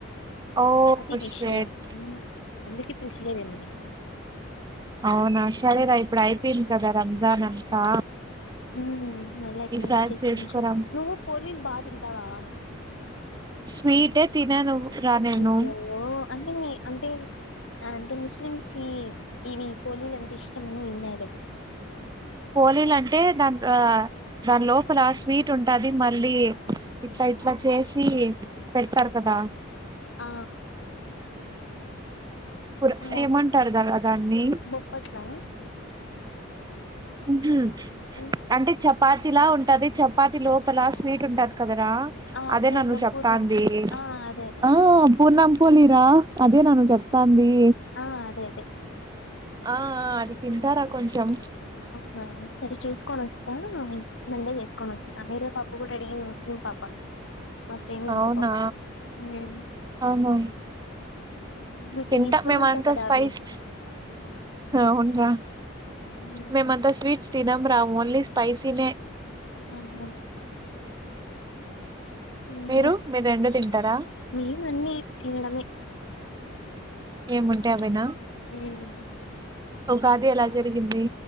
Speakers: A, on the right; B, on the left.
A: ఓ
B: అది విషయం
A: షట్
B: అందుక పిలిచలేదేమోని
A: అవునా సరేరా ఇప్పుడు అయిపోయింది కదా రంజాన్ అంతా
B: ఉహు మళ్ళా ఎప్పుడైన్నా
A: ఈసారి
B: చేసుకోవచ్చు
A: చేసుకోరా
B: నువ్వు పోలీలు బాగా తిన్న ఉంటావా
A: స్వీట్ ఏ తినను రా నేను
B: అయ్యో అంటే మీ అంటే అంటే ముస్లిమ్స్ కి ఇవి పోలీలు అంటే ఇష్టమని తిన్నాలే
A: పోలీలు అంటే దాని ఆ దాని లోపల స్వీట్ ఉంటుది మళ్ళీ ఇట్లా ఇట్లా చేసి పెడతారు కదా
B: ఆ
A: పుర
B: ఆ!
A: ఏమంటారు దాన్ని
B: బొప్పట్లా?
A: ఉహు
B: హ్మ్.
A: అంటే చెప్ప చపాతిలా ఉంటది చపాతి లోపల స్వీట్ ఉంటది కదరా
B: ఆ!
A: అదే
B: పూర్ణం,
A: నువ్వు చెప్తాంది
B: పూర్ణం. ఆ! అదే అదే.
A: అహా పూర్ణం పోలిరా అదే నువ్వు చెప్తాంది
B: ఆ! అదే అదే.
A: ఆ అది తింటారా కొంచెం
B: అవునా సరే చేసుకొని వస్తా మండే చేసుకని వస్తా మీరే పాప ఒకటి అడిగింది ముస్లిం పాప మా ఫ్రెండ్ ఇంకో
A: అవునా
B: పాప. హ్మ్.
A: అవునా
B: నీకు
A: తింట
B: ఇష్టమంట
A: మేము అంత
B: కదా
A: స్పైస్
B: అవి.
A: అవునురా
B: హ్మ్.
A: మేమ అంతా స్వీట్స్ తినం రా ఓన్లీ స్పైసినే
B: ఆహా ఇంకా
A: మీరు మీరు రెండు తింటారా
B: ఏం వండ్లె తినడమే
A: ఏముంటే అవెనా
B: ఉమ్
A: ఉగాది ఎలా జరిగింది